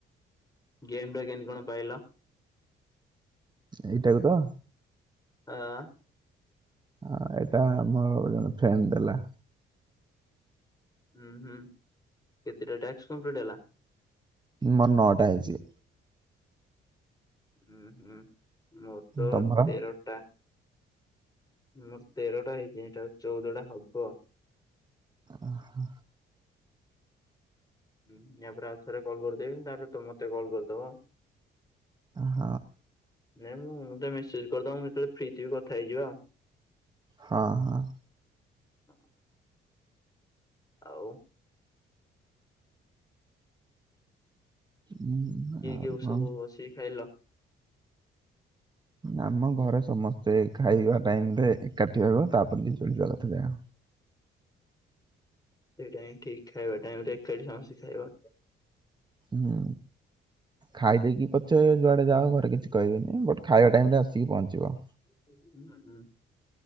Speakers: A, on the left; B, on the right.
A: ଗେମ୍ ଟା କେମତି କଣ ପାଇଲା?
B: ଏଇଟାକୁ ତ।
A: ହଁ।
B: ଆଉ ଏଇଟା ଆମର ଜଣେ ଫେଣ୍ଡ ଦେଲା।
A: ହୁଁ ହୁଁ କେତେଟା ଟାସ୍କ କଂପ୍ଲିଟି ହେଲା।
B: ମୋର ନଟା ହେଇଛି।
A: ହୁଁ ହୁଁ। ମୋର ତ
B: ତମର
A: ତେରଟା। ହୁଁ <unintelligible> ତେରଟା ହେଇଛି ଏଇଟା ଚଉଦଟା ହବ।
B: ଓ ହୋ
A: ହୁଁ ୟା ପରେ ଆଉ ଥରେ କଲ୍ କରିଦେବି ତାରେ ତ ମତେ କଲ୍ କରିଦବ।
B: ହ।
A: ନାଇଁ ମୁଁ ଗୋଟେ ମେସେଜ କରିଦବ ଯେତେବେଳେ ଫ୍ରି ଥିବି କଥା ହେଇଯିବ ଆଉ।
B: ହଁ ହଁ।
A: ହଁ। ଆଉ।
B: ଉଁ,
A: କିଏ
B: ଆଉ
A: କିଏ
B: କଣ
A: ସବୁ ବସିକି ଖାଇଲ।
B: ଆମ ଘରେ ସମସ୍ତେ ଖାଇବା ଟାଇମରେ ଏକାଠି ହେବ ତାପରେ ଝିଅ ଯୁଆଡେ ଯିବା କଥା ଯା
A: ସେଟାଇ ଠିକ ଖାଇବା ଟାଇମିଂରେ ଏକାଠି ସମସ୍ତେ ଖାଇବା।
B: ହୁଁ ଖାଇଦେଇକି ପଛେ ଯୁଆଡେ ଯାଅ ଘରେ କିଛି କହିବିନି ବଟ ଖାଇବା ଟାଇମ ରେ ଆସିକି ପହଞ୍ଚିବ।
A: ହୁଁ ହୁଁ।